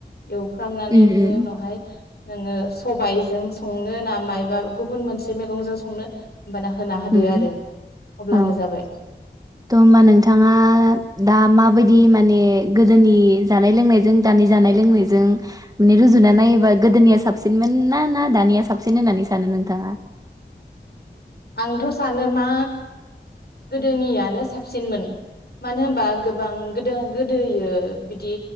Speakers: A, on the left; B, on the right.
A: एवफ्रामनानै
B: उम
A: बिनि
B: उम
A: उनावहाय नोङो सबाय जों संनो ना मायबा गुबुन मोनसे मैगंजों संनो। होमबाना होना होदो
B: औ
A: आरो अब्लानो जाबाय
B: थ' होनोमबा नोंथाङा दा माबायदि मान माने गोदोनि जानाय लोंनायजों दानि जानाय लोंनायजों माने रुजुना नायोबा गोदोनिया साबसिनमोन ना ना दानिया साबसिन होननानै सानो नोंथाङा?
A: आंथ' सानो मा गोदोनियानो साबसिनमोन मानो होनबा गोबां गोदो गोदोयो बिदि